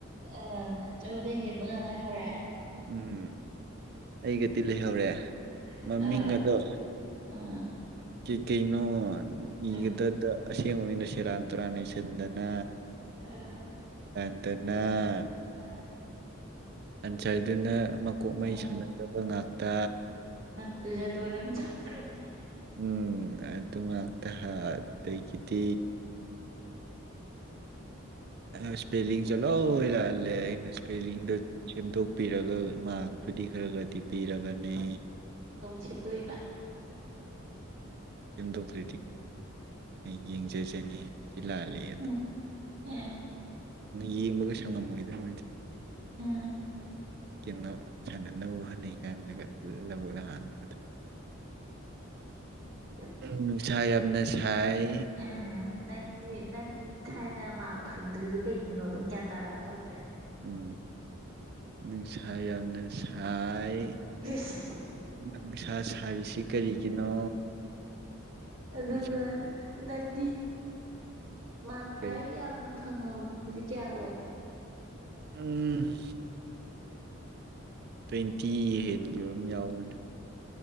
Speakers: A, on the right; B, on the right.
A: ꯑ ꯅꯗꯩ ꯍꯦꯕ ꯉꯥꯡꯉꯥꯏ ꯍꯧꯔꯦ
B: ꯎꯝ ꯑꯩꯒꯗꯤ ꯂꯩꯍꯧꯔꯦ
A: ꯑꯥ
B: ꯃꯃꯤꯡ ꯑꯗꯣ
A: ꯑꯥ
B: ꯀꯩꯅꯣ ꯏꯒꯗꯗ
A: ꯑꯥ
B: ꯑꯁꯦꯡꯕ ꯃꯤꯅ ꯁꯦꯔꯥꯟ ꯇꯨꯔꯥꯟ ꯏꯁꯟꯗꯅ
A: ꯑꯥ
B: ꯟꯇꯅ <unintelligible>
A: ꯑꯥ
B: ꯑꯟꯆꯥꯏꯗꯨꯅ ꯃꯀꯣꯛ ꯃꯩ
A: ꯑꯥ
B: ꯁꯝꯅꯗꯕ ꯉꯥꯛꯇ
A: ꯑꯗꯨꯖꯥ ꯗꯣꯅ ꯆꯪꯒ꯭ꯔꯣꯕꯅꯦ
B: ꯎꯝ ꯑꯗꯨ ꯉꯥꯛꯇ ꯑꯗꯒꯤꯗꯤ ꯏꯁꯄꯦꯜꯂꯤꯡꯁꯦ ꯂꯣꯏ ꯂꯥꯛꯍꯜꯂꯦ ꯑꯩꯅ ꯏꯁꯄꯦꯜꯂꯤꯡꯗꯣ ꯁꯦꯝꯗꯣꯛꯄꯤꯔꯒ ꯃꯥꯔꯄꯨꯗꯤ ꯈꯔꯒꯗꯤ ꯄꯤꯔꯕꯅꯤ
A: ꯁꯤꯗꯣꯏꯕ
B: ꯁꯦꯝꯗꯧꯗ꯭ꯔꯗꯤ ꯑꯩ ꯌꯦꯡꯖꯖꯅꯤ ꯁꯤ ꯂꯥꯂ ꯑꯗꯣ
A: ꯎꯝ ꯎꯝ
B: ꯌꯦꯡꯕꯒ ꯁꯪꯉꯝꯃꯣꯏꯗꯧꯃꯗꯤ
A: ꯑꯝ
B: ꯀꯩꯅꯣ ꯁꯥꯟꯅꯅꯕ ꯍꯣꯠꯅꯩ ꯀꯥꯟꯗꯒ ꯂꯧꯕꯛ ꯂ ꯍꯥꯟꯗꯒ ꯊꯣꯛꯑꯒ
A: ꯑ
B: ꯅꯨꯡꯁꯥ ꯌꯥꯝꯅ ꯁꯥꯏ
A: ꯎꯝ ꯅꯪꯒꯤ ꯅꯪ ꯊꯥꯏꯅ ꯃꯥ ꯐꯪꯗ꯭ꯔꯤꯗꯣ ꯀꯩꯒꯤꯅꯣ ꯑꯗꯨꯝ ꯒ꯭ꯌꯥꯟ ꯇꯔꯛꯑꯕ ꯍꯧꯖꯤꯛ
B: ꯎꯝ ꯅ ꯁꯥꯏꯅ ꯁꯥꯏ
A: ꯍꯥꯁ
B: ꯅꯨꯡꯁꯥ ꯁꯥꯔꯤꯁꯤ ꯀꯔꯤꯒꯤꯅꯣ
A: ꯑꯗꯨꯒ
B: ꯅꯨꯡꯁꯥ
A: ꯅꯪꯒꯤ ꯃꯥ ꯈ꯭ꯋꯥꯏ
B: ꯀꯩ
A: ꯌꯥꯝꯅ ꯐꯪꯍꯕꯁ ꯀꯌꯥ ꯑꯣꯏ
B: ꯎꯝ ꯇ꯭ꯋꯦꯟꯇꯤ ꯍꯦꯟꯈꯤꯕ ꯑꯃ ꯌꯥꯎꯕꯅꯦ